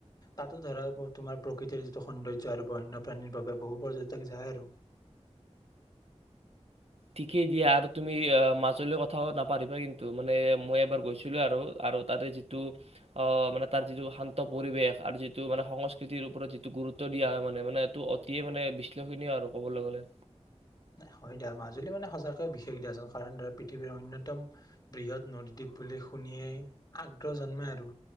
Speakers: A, on the left; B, on the right.
A: তাতো ধৰা তোমাৰ প্ৰকৃতিৰ যিটো সৌন্দৰ্য আৰু বন্যপ্ৰাণীৰ বাবে বহু পৰ্যটক যায় আৰু
B: ঠিকেই দিয়া আৰু তুমি মাজুলী কথাও নাপাৰিবা কিন্তু মানে মই এবাৰ গৈছিলো আৰু আৰু তাতে যিটো মানে তাৰ যিটো শান্ত পৰিৱেশ আৰু যিটো মানে সংস্কৃতিৰ ওপৰত যিটো গুৰুত্ব দিয়া হয় মানে মানে এইটো অতিয়ে মানে বিশ্লেষণীয় আৰু কবলৈ গলে
A: হয় দিয়া মাজুলী মানে সচাকৈ বিশেষ দিয়াচোন কাৰণ ধৰা পৃথিৱীৰ অন্যতম বৃহৎ নদীদ্বীপ বুলি শুনিয়েই আগ্ৰহ জন্মে আৰু